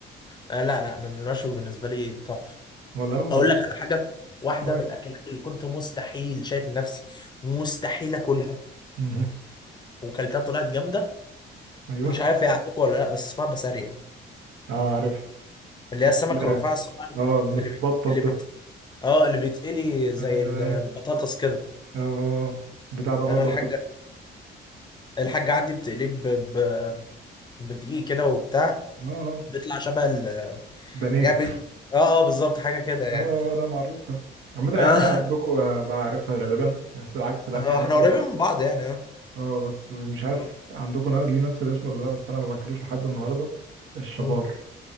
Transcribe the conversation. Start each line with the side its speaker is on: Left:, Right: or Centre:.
Left: آه، لا لا أنا المشوي بالنسبه لي تحفه
Right: ولا انا ما باكل
Left: اقول لك على حاجه واحده
Right: سمك
Left: من الاكلات اللي كنت مستحيل شايف نفسي مستحيل اكلها
Right: مهم.
Left: وكلتها طلعت جامده
Right: ايوه
Left: مش عارف هي عندكم ولا لا بس اسمها بسارية
Right: اه عارف
Left: اللي هي السمك
Right: لا
Left: الرفاع الصغير
Right: اه المتبطط
Left: اللي بي... اللي
Right: ده
Left: بيت... اه اللي بيتقلي زي
Right: ايوه
Left: البطاطس
Right: ايوه
Left: كده
Right: اه آه. آه. بتاع ده برضه
Left: انا الحاجه
Right: عارف.
Left: الحاجه عندي بتقليه ب... ب... بدقيق كده وبتاع
Right: اه آه.
Left: بيطلع شبه ال
Right: بانيه
Left: يعني بي... اه اه بالظبط حاجه كده
Right: <laughs>
Left: يعني
Right: اه آه، ده معروف ده عامة
Left: اه
Right: أي حاجة عندكم آه، بعرفها غالبا بس العكس
Left: <laughs>
Right: لأ
Left: آه،
Right: يعني
Left: احنا
Right: مثلا
Left: قريبين من بعض يعني اه
Right: اه بس مش عارف
Left: مم.
Right: عندكم ليه نفس الاسم ولا لا بس انا ما باكلوش لحد النهارده الشبار
Left: مم.